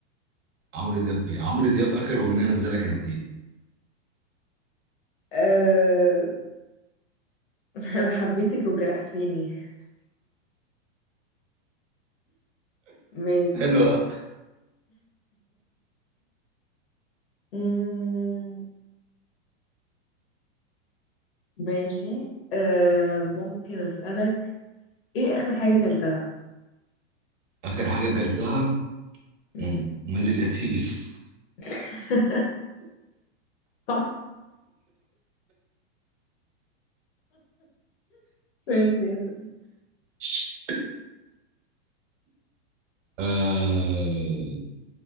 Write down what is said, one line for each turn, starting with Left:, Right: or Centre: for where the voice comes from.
Right: عمرو دياب ايه عمرو دياب اخر اغنيه نزلها كانت ايه
Left: آه... <laughs> أنا حبيتك وجرحتيني ماشي
Right: حلوة
Left: مم. ماشي آه ممكن أسألك إيه آخر حاجة أكلتها؟
Right: اخر حاجه اكلتها
Left: مم.
Right: مم، مالي القتيف
Left: <laughs> صح ماشي اسأل.
Right: <laughs> آه...